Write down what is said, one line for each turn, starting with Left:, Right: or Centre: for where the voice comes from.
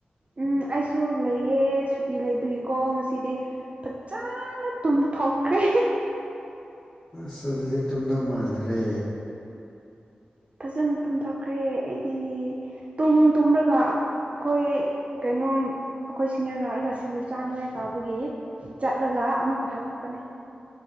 Right: ꯎꯝ ꯑꯩꯁꯨ ꯂꯩꯑ ꯁꯨꯇꯤ ꯂꯩꯕꯒꯤꯀꯣ ꯉꯁꯤꯗꯤ ꯐꯖꯅ ꯇꯨꯝꯊꯣꯛꯈ꯭ꯔꯦ
Left: ꯁ ꯑꯗꯨꯗꯤ ꯇꯨꯝꯗꯧ ꯃꯥꯟꯗ꯭ꯔꯦ
Right: ꯐꯖꯅ ꯇꯨꯝꯊꯣꯛꯈ꯭ꯔꯦ ꯑꯩꯗꯤ ꯑꯗꯨꯝ ꯇꯨꯝꯂꯒ ꯑꯩꯈꯣꯏ ꯀꯩꯅꯣꯝ ꯑꯩꯈꯣꯏ ꯁꯤꯅꯤꯌꯔ ꯂꯥꯛꯑꯒ ꯁꯤꯡꯖꯨ ꯆꯥꯅꯤꯡꯉꯥꯏ ꯀꯥꯎꯕꯒꯤ ꯆꯠꯂꯒ ꯑꯃꯨꯛꯀ ꯍꯜꯂꯛꯄꯅꯦ